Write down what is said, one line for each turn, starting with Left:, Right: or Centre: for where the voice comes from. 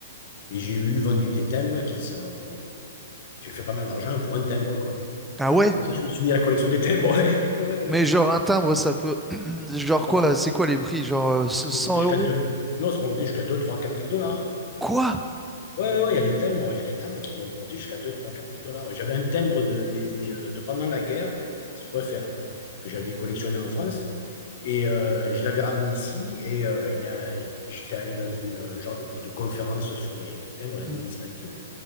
Left: Et, et j'ai eu vendu des timbres qui sont, j'ai fait pas mal d'argent pour un timbre quoi.
Centre: Ah ouais?
Left: C'est pour ça que je me suis mis à la collection des timbres. <laughs> Oui, oui, oui.
Centre: Mais genre, un timbre, ça peut. <clears throat> Genre
Left: <laughs> Ouais,
Centre: quoi?
Left: ça, peut
Centre: C'est quoi les prix? Genre euh, c-
Left: ça peut
Centre: 100
Left: monter jusqu'à
Centre: euros?
Left: deux. Non, ça peut monter jusqu'à deux trois quatre mille dollars.
Centre: Quoi?
Left: Ouais, ouais, ouais, il y a des timbres, il y a des timbres qui m'ont monté jusqu'à deux trois quatre mille dollars. Ouais, J'avais un timbre de, des- des, euh, de pendant la guerre, si tu préfères, que j'avais collectionné en France. Et euh, je l'avais ramené ici. Et euh, il y a, j'étais allé dans une euh, genre de, de conférence sur les, les timbres, la
Centre: Mhm.
Left: numismatie. là.